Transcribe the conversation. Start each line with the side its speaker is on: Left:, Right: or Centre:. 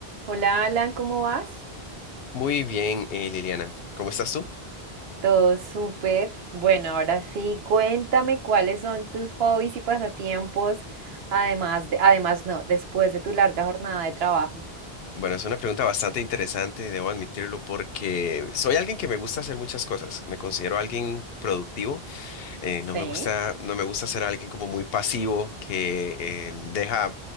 Right: Hola Alan, ¿cómo vas?
Left: Muy bien, eh, Liliana. ¿Cómo estás tú?
Right: Todo súper. Bueno, ahora sí, cuéntame cuáles son tus hobbies y pasatiempos, además de, además no, después de tu larga jornada de trabajo.
Left: Bueno, es una pregunta bastante interesante, debo admitirlo, porque soy alguien que me gusta hacer muchas cosas. Me considero alguien productivo. eh,
Right: Sí.
Left: no me gusta, no me gusta ser alguien como muy pasivo que eh, deja